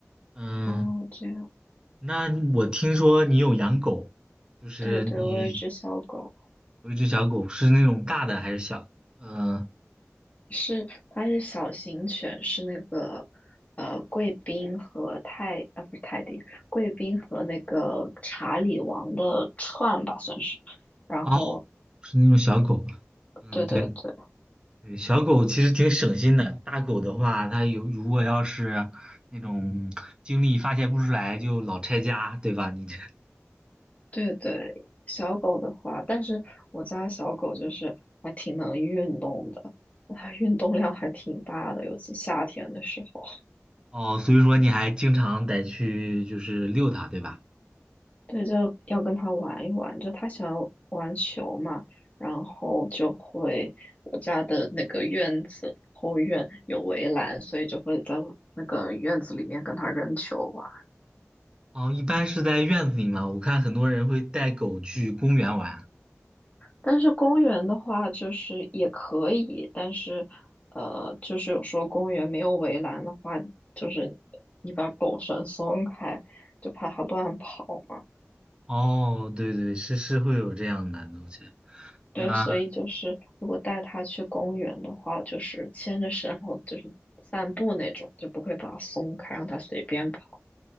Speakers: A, on the right (about 20°); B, on the left (about 30°).
A: 嗯，
B: 哦，这样，
A: 那我听说你有养狗，就是你
B: 对对，我有一只小狗。
A: 有一只小狗，是那种大的还是小？呃，
B: 是，它是小型犬，是那个呃贵宾和泰啊不是泰迪，贵宾和那个查理王的串吧算是。然后，
A: 哦，是那种小狗。嗯，
B: 对对对
A: 对对，小狗其实挺省心的。大狗的话，它有如果要是那种精力发泄不出来，就老拆家，对吧？你这
B: 对对，小狗的话，但是我家小狗就是还挺能运动的，它运动量还挺大的，尤其夏天的时候。
A: 哦，所以说你还经常得去就是遛它，对吧？
B: 对，就要跟他玩一玩，就他喜欢玩球嘛，然后就会我家的那个院子后院有围栏，所以就会在我那个院子里面跟他扔球玩。
A: 哦，一般是在院子里嘛，我看很多人会带狗去公园玩。
B: 但是公园的话，就是也可以，但是呃，就是有时候公园没有围栏的话，就是你把狗绳松开，就怕它乱跑。嘛。
A: 哦，对对，是是会有这样的东西。
B: 对，
A: 那
B: 所以就是如果带他去公园的话，就是牵着绳，然后就是散步那种，就不会把它松开，让它随便跑。